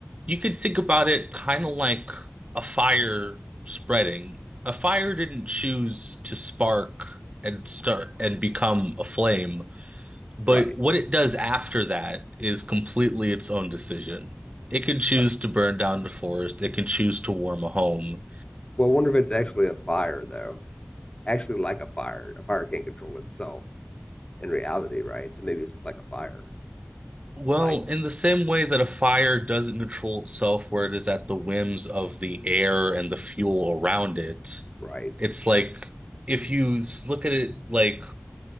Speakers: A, on the right (about 30°); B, on the left (about 25°).
A: you could think about it kind of like a fire spreading. A fire didn't choose to spark and start and become a flame. But
B: right.
A: what it does after that is completely its own decision. It can choose
B: Uh,
A: to burn down the forest, it can choose to warm a home.
B: well, I wonder if it's actually a fire though. Actually, like a fire, a fire can't control itself in reality, right? So maybe it's like a fire,
A: Well,
B: like
A: in the same way that a fire doesn't control itself, where it is at the whims of the air and the fuel around it,
B: right,
A: it's like if you s- look at it like